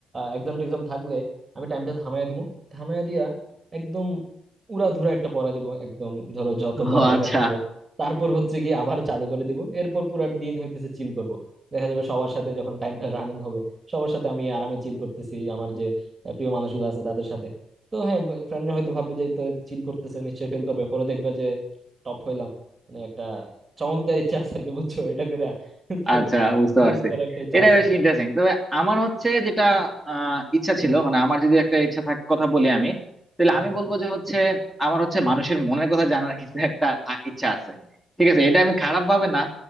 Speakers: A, on the right; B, in the centre.
A: এক্সাম টেক্সাম থাকলে আমি টাইমটা থামায় দিব থামায় দিয়া একদম উড়াধুরা একটা পড়া দিব একদম ধরো যত
B: ও
A: পড়ালেখা
B: আচ্ছা
A: সম্ভব তারপর হচ্ছে গিয়ে আবার চালু করে দিব এরপর পুরার দিন হইতেছে চিল করব দেখা যাবে সবার সাথে যখন টাইমটা রানিং হবে সবার সাথে আমি আরামে চিল করতেছি আমার যে আহ, প্রিয় মানুষগুলো আছে তাদের সাথে তো হ্যাঁ ফ্রেন্ডরা হয়তো ভাববে যে চিল করতেছে নিশ্চয়ই ফিল করবে পরে দেখবে যে টপ হইলাম মানে একটা চমকদার ইচ্ছা আছে আর কি বুঝছো এটা করে তো
B: আচ্ছা বুঝতে
A: এটা
B: পারছি
A: কিন্তু করার একটা ইচ্ছা
B: এটা
A: আছে
B: বেশ ইন্টারেস্টিং তবে আমার হচ্ছে যেটা আহ, ইচ্ছা ছিল মানে আমার যদি একটা ইচ্ছা থাক কথা বলি আমি তাহলে
A: হুম।
B: আমি বলবো যে হচ্ছে আমার হচ্ছে মানুষের মনের কথা জানার কিন্তু একটা আ- ইচ্ছা আছে ঠিক আছে এটা আমি খারাপ ভাবে না